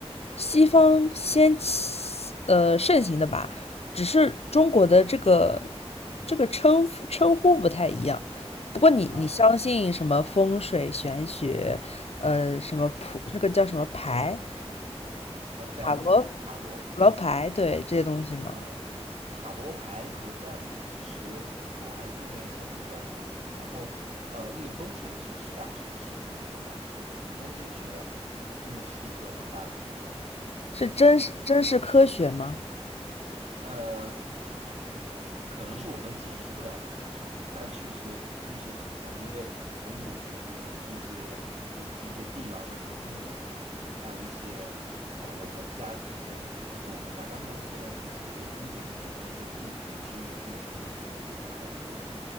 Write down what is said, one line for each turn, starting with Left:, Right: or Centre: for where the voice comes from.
Left: 西方先起呃盛行的吧，只是中国的这个这个称称呼不太一样。不过你你相信什么风水玄学，
Right: 啊。
Left: 呃，什么普那个叫什么牌，
Right: 呃，占卜、
Left: 塔罗塔罗牌，
Right: 塔罗，
Left: 对这些东西吗？
Right: 嗯，塔罗牌和占卜，其实我还是更愿意相信占卜一点。然后，呃，那个风水是实打实是有这个说法的，真的，风水学真的是一个很大的学问。
Left: 是真是真是科学吗？
Right: 呃，可能是我们解释不了的科学，但确实又真实存在。因为从古至今，那些就那些帝王的陵墓也好，还有一些呃我们家庭的，就是我们哪怕是我们现在身处的这个屋子里面的那些布局，其实也是有风水的这个考究的，